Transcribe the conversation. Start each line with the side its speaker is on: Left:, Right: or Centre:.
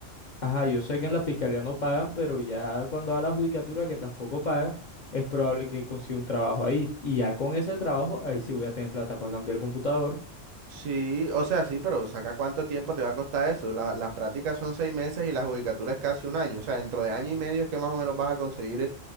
Left: ajá, yo sé que en la fiscalía no pagan, pero ya cuando va la judicatura que tampoco pagan, es probable que consiga un trabajo ahí. Y ya con ese trabajo, ahí sí voy a tener plata para cambiar el computador.
Right: Sí, o sea, sí, pero saca cuánto tiempo te va a costar eso. La- las prácticas son seis meses y la judicatura es casi un año. O sea, dentro de año y medio es que más o menos vas a conseguir